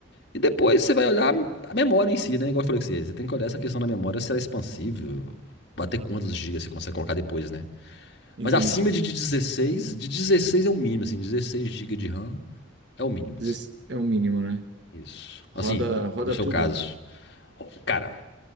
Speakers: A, on the left; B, on the right.
A: E depois você vai olhar a memória em si, né? Igual eu falei com você, você tem que olhar essa questão da memória, se ela é expansível, bater quantos gigas você consegue colocar depois, né?
B: Entendi.
A: Mas acima de 16, de 16 é o mínimo, assim, 16 gigas de RAM é o mínimo,
B: Mas
A: assim.
B: esse é o mínimo, né?
A: Isso. Assim,
B: Roda, roda
A: no seu
B: tudo.
A: caso. Ó, Cara,